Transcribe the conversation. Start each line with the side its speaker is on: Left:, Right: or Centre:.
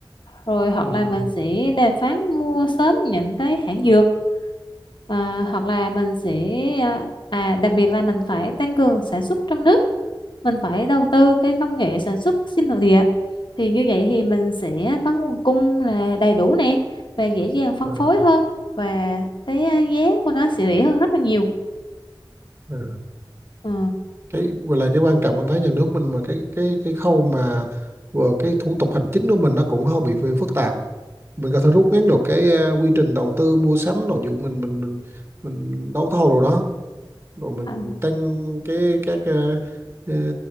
Left: rồi hoặc
Right: ừm,
Left: là mình sẽ đàm phán mua sớm những cái hãng dược à, hoặc là mình sẽ à à, đặc biệt là mình phải tăng cường sản xuất trong nước mình phải đầu tư cái công nghệ sản xuất vaccine nội địa thì như vậy thì mình sẽ có nguồn cung là đầy đủ nè và dễ dàng phân
Right: ờ,
Left: phối hơn và cái à, giá của nó sẽ rẻ hơn rất là nhiều
Right: ờ.
Left: ừ.
Right: cái vừa là cái quan trọng anh thấy nhà nước mình mà cái cái cái khâu mà vừa cái thủ tục hành chính của mình nó cũng hơi bị phê- phức tạp mình có thể rút ngắn được cái ờ, quy trình đầu tư mua sắm rồi dụ mình mình mình mình đấu thầu rồi đó rồi mình
Left: à,
Right: tăng cái các ờ, ờ,